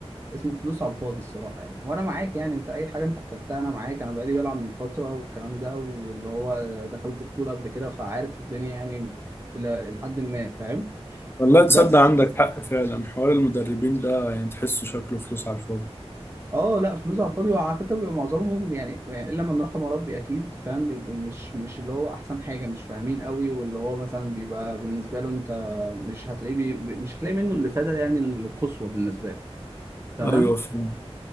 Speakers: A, on the right; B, on the left.
A: اسمه فلوس على الفاضي الصراحة يعني وأنا معاك يعني أنت أي حاجة أنت احتجتها أنا معاك أنا بقالي بلعب من فترة والكلام ده واللي هو دخلت بطولة قبل كده فعارف الدنيا يعني إلى إلى حد ما فاهم
B: والله تصدق
A: بس
B: عندك حق فعلا حوار المدربين ده يعني تحسه شكله فلوس على الفاضي
A: أه لا فلوس على الفاضي وعلى فكرة بيبقى معظمهم يعني, يعني إلا من رحم ربي أكيد فاهم بيبقوا مش مش اللي هو أحسن حاجة مش فاهمين قوي واللي هو مثلا بيبقى بالنسبة له أنت مش هتلاقيه بي... مش هتلاقي منه الإفادة يعني القصوى بالنسبة له تمام
B: ايوه فاهم